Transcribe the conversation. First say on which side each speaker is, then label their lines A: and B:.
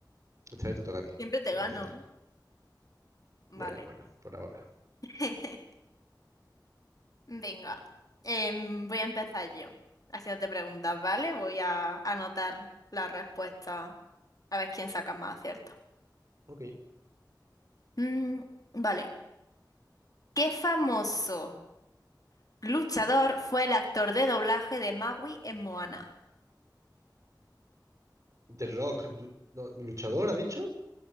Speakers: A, on the right (about 45°); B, on the left (about 50°).
A: Esta vez te toca a ti
B: Siempre te
A: empezar.
B: gano, ¿eh? Vale.
A: Bueno, bueno, por ahora.
B: <laughs> Venga. Em, voy a empezar yo. Haciéndote preguntas, ¿vale? Voy a anotar la respuesta. A ver quién saca más acierto.
A: Ok.
B: Mm, vale. ¿Qué famoso luchador fue el actor de doblaje de Maui en Moana?
A: The Rock, du- no, ¿luchador ha dicho?